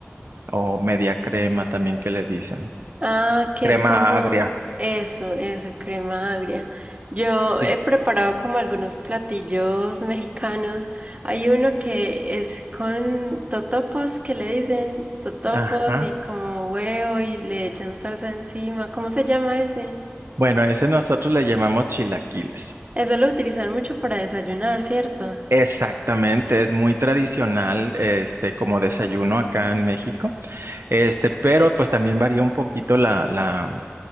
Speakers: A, on the right (about 65°); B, on the right (about 30°).
A: o media crema también que le dicen.
B: Ah, que
A: Crema
B: es como
A: agria.
B: eso, eso, crema agria. Yo
A: Sí.
B: he preparado como algunos platillos mexicanos. Hay uno que es con totopos, que le dicen totopos
A: Ajá.
B: y como huevo y le echan salsa encima. ¿Cómo se llama ese?
A: Bueno, a ese nosotros le llamamos chilaquiles.
B: Eso lo utilizan mucho para desayunar, ¿cierto?
A: Exactamente, es muy tradicional, este, como desayuno acá en México, este, pero pues también varía un poquito la, la,